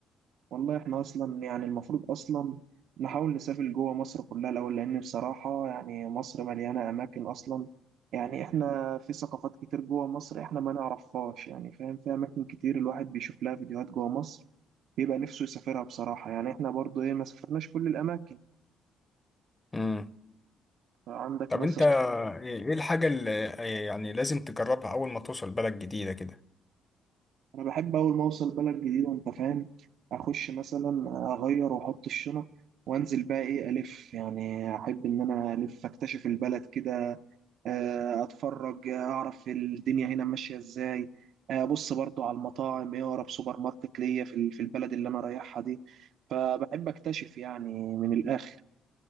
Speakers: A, on the right; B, on the left.
A: والله احنا اصلا يعني المفروض اصلا نحاول نسافر جوه مصر كلها الاول لان بصراحه يعني مصر مليانه اماكن اصلا يعني احنا في ثقافات كتير جوه مصر احنا ما نعرفهاش يعني فاهم في اماكن كتير الواحد بيشوف لها فيديوهات جوه مصر بيبقى نفسه يسافرها بصراحه يعني احنا برضو ايه ما سافرناش كل الاماكن
B: مم.
A: عندك
B: طب
A: مثلا
B: انت ايه إيه الحاجة اللي يعني لازم تجربها اول ما توصل بلد جديدة كده
A: انا بحب اول ما اوصل بلد جديده انت فاهم اخش مثلا اغير واحط الشنط وانزل بقى ايه الف يعني احب ان انا الف اكتشف البلد كده آه، اتفرج آه، اعرف الدنيا هنا ماشيه ازاي آه، ابص برضو على المطاعم ايه اقرب سوبر ماركت ليا في ال- في البلد اللي انا رايحها دي فبحب اكتشف يعني من الاخر